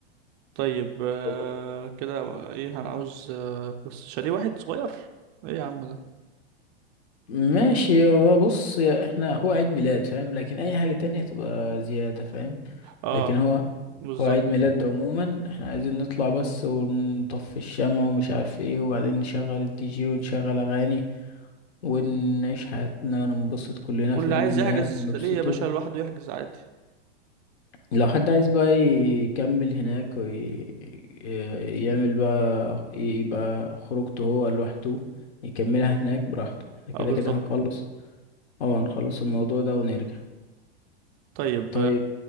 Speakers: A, on the right; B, on the left.
A: طيب آه
B: والله
A: كده ايه هنعوز آه بس شاليه واحد صغير ايه يا عم ده
B: ماشي هو بص يا احنا هو عيد ميلاد فاهم لكن اي حاجة تانية تبقى زيادة فاهم
A: اه
B: لكن هو
A: بالظبط
B: هو عيد ميلاد عموما احنا عايزين نطلع بس ونطفي الشمع ومش عارف ايه وبعدين نشغل الدي جي ونشغل اغاني ونعيش حياتنا وننبسط كلنا
A: واللي
B: في عيد
A: عايز
B: ميلاد
A: يحجز
B: ونبسطه
A: شاليه يا باشا لوحده يحجز عادي
B: لو حد عايز بقى يكمل هناك ويعمل بقى يبقى خروجته هو لوحده يكملها هناك براحته احنا كده
A: اه بالظبط
B: كده هنخلص اه هنخلص الموضوع ده ونرجع
A: طيب
B: طيب
A: آه،